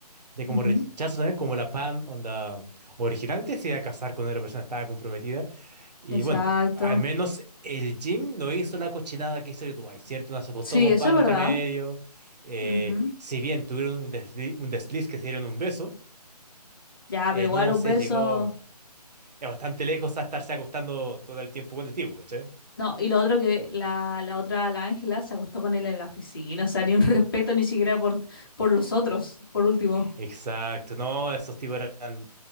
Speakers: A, on the right; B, on the left.
A: de como
B: Ujú,
A: rechazo también, como la Pam, onda, originalmente se iba a casar con una persona que estaba comprometida. Y
B: Exacto.
A: bueno, al menos el Jim no hizo la cochinada que hizo el Dwight, ¿cierto? No se acostó
B: Sí,
A: con
B: eso
A: Pam
B: es verdad.
A: entre medio. Eh,
B: Ujú.
A: si bien tuvieron un desliz, un desliz que se dieron un beso,
B: Ya,
A: eh,
B: pero igual
A: no
B: los
A: se
B: besos.
A: llegó eh, bastante lejos a estarse acostando todo el tiempo con el tipo, ¿cachai?
B: No, y lo otro que la, la otra, la Ángela, se acostó con él en la oficina. O sea, ni un <laughs> respeto ni siquiera por, por los otros, por último.
A: Exacto, no, esos tipos eran,